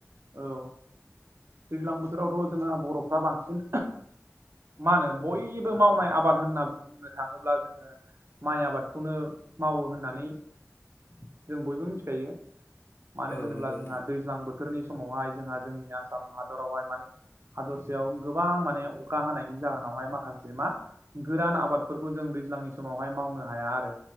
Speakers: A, on the right (about 50°); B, on the left (about 45°).
A: औ दैज्लां बोथोरावथ' जोंहा बर'फ्रा बांसिन मा होनो बयबो मावनाय आबाद होनना बुंनो थाङोब्ला जोङो माइ आबादखौनो मावो होननानै जों बयबो मिथिखायो। मानो
B: औ
A: होनोब्ला
B: नंगौ
A: जोंहा
B: नोंथां
A: दैज्लां बोथोरनि समावहाय जोंहा जोंनि आसाम हादरावहाय माने हादरसायाव गोबां माने अखा हानायनि जाहोनावहाय माखासे मा गोरान आबादफोरखौ जों दैज्लांनि समावहाय मावनो हाया आरो।